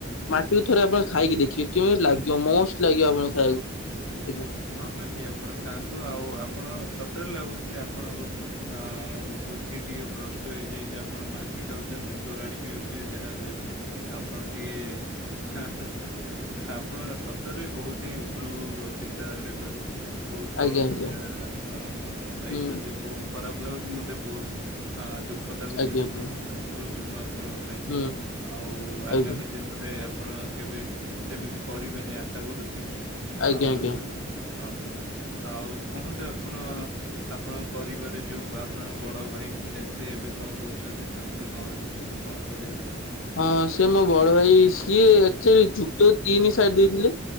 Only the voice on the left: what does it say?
ମାଟି ଥରେ ଆପଣ ଖାଇକି ଦେଖିବେ କେମିତି ଲାଗିବ ମଷ୍ଟ ଲାଗିବ ଆପଣ
ଖାଇବାକୁ ଆଜ୍ଞା।
ଆଜ୍ଞା ଆଜ୍ଞା
ହୁଁ
ଆଜ୍ଞା
ଆଜ୍ଞା
ହୁଁ
ଆଜ୍ଞା।
ଆଜ୍ଞା
ଆଜ୍ଞା
ହଁ ସେ ମୋ ବଡ ଭାଇ ସିଏ ଆକ୍ଚୋଲି ଯୁକ୍ତ ତିନି ସାରୀ ଦେଇଥିଲେ